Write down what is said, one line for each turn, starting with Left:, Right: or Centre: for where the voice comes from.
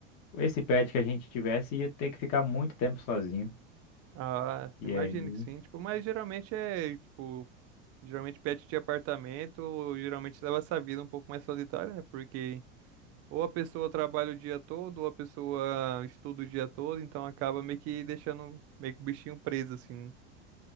Left: esse pet que a gente tivesse ia ter que ficar muito tempo sozinho.
Right: Ah,
Left: E
Right: imagino
Left: aí,
Right: que sim, tipo, mas geralmente é, tipo, geralmente pet de apartamento, geralmente leva essa vida um pouco mais solitária, né? Porque Ou a pessoa trabalha o dia todo, ou a pessoa estuda o dia todo, então acaba meio que deixando meio que o bichinho preso, assim. né?